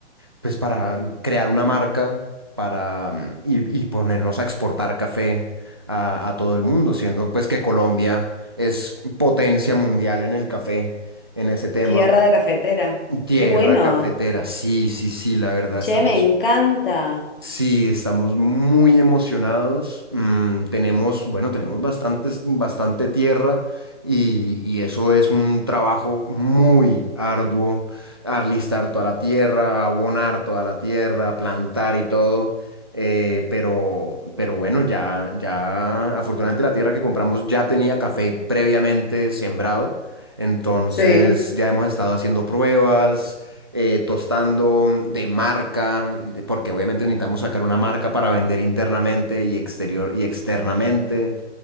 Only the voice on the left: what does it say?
Tierra de cafetera.
Qué bueno.
Che, me encanta.
Sí.